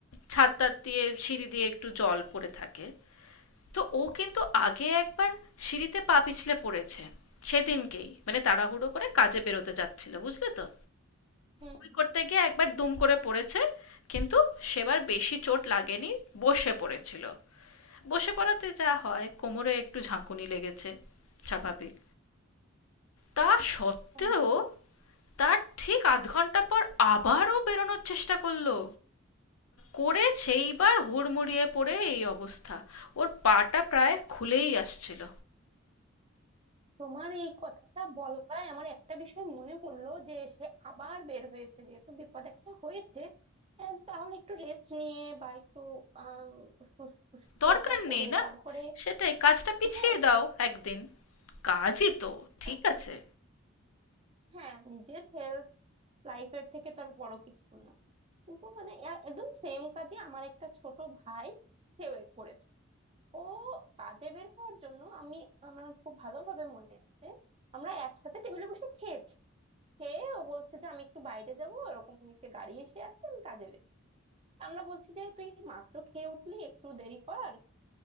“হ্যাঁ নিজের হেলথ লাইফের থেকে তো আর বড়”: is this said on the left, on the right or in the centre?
Right